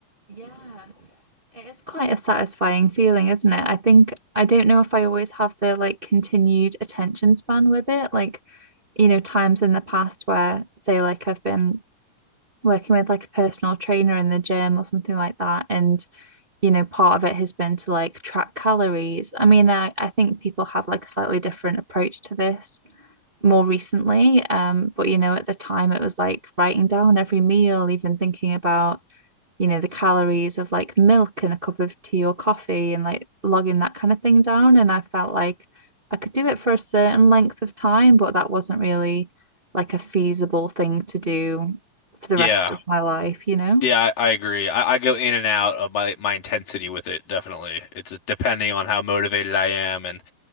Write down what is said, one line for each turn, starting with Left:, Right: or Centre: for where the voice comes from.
Right: Yeah. It is quite a satisfying feeling, isn't it? I think I don't know if I always have the like continued attention span with it. Like, you know, times in the past where, say, like I've been working with like a personal trainer in the gym or something like that, and you know, part of it has been to like track calories. I mean, I, I think people have like a slightly different approach to this more recently. Um, but you know, at the time it was like writing down every meal, even thinking about, you know, the calories of like milk and a cup of tea or coffee and like logging that kind of thing down. And I felt like I could do it for a certain length of time, but that wasn't really like a feasible thing to do for the
Left: Yeah,
Right: rest of my life, you know?
Left: yeah. I, I agree. I, I go in and out of my my intensity with it. Definitely, it's depending on how motivated I am and.